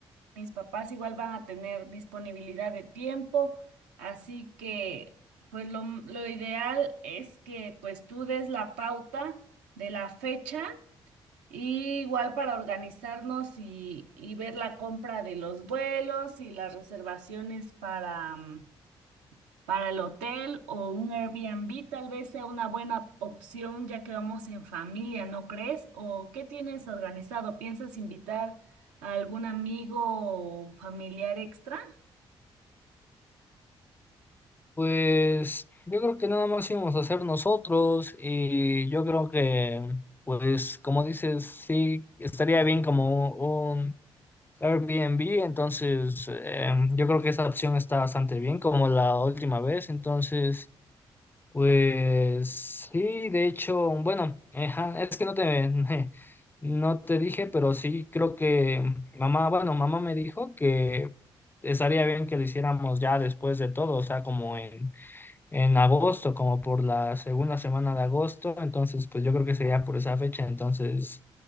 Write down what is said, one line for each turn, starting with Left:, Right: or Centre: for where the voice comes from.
Right: Mis papás igual van a tener disponibilidad de tiempo, así que pues lo, lo ideal es que pues tú des la pauta de la fecha y igual para organizarnos y, y ver la compra de los vuelos y las reservaciones para mm, para el hotel o un Airbnb tal vez sea una buena opción ya que vamos en familia, ¿no crees? ¿O qué tienes organizado? ¿Piensas invitar a algún amigo o familiar extra?
Left: Pues yo creo que nada más íbamos a hacer nosotros y yo creo que, pues como dices, sí, estaría bien como un Airbnb, entonces eh, yo creo que esa opción está bastante bien como la última vez, entonces... Pues sí, de hecho, bueno, ajá, es que no te, <laughs> no te dije, pero sí creo que mamá, bueno, mamá me dijo que estaría bien que lo hiciéramos ya después de todo, o sea, como en en agosto, como por la segunda semana de agosto, entonces pues yo creo que sería por esa fecha, entonces